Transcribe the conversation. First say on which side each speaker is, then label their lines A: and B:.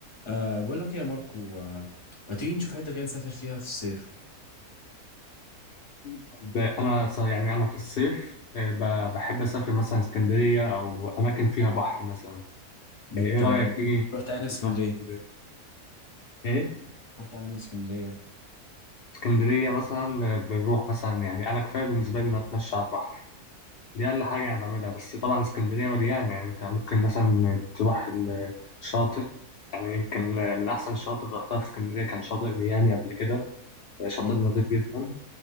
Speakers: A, on the left; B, on the left.
A: أه بقول لك ايه يا ماركو أه ما تيجي نشوف حته كده نسافر فيها في الصيف
B: طب انا ص- يعني انا في الصيف آه، ب- بحب اسافر مثلا اسكندريه او اماكن فيها بحر مثلا
A: بت
B: آه، ايه رايك تيجي
A: رحت تعمل إيه في اسكندريه
B: نروح اسكندرية؟ ايه
A: رحت تعمل ايه في اسكندريه
B: اسكندريه مثلا آه، بنروح مثلا يعني انا كفايه بالنسبه لي ان أنا اتمشى على البحر دي اقل حاجه انا بعملها بس طبعا اسكندريه مليانه يعني انت ممكن مثلا تروح الشاطئ يعني يمكن من احسن الشواطئ اللي رحتها في اسكندريه كان شاطئ ميامي قبل كده آه، شاطئ
A: امم
B: نظيف جدا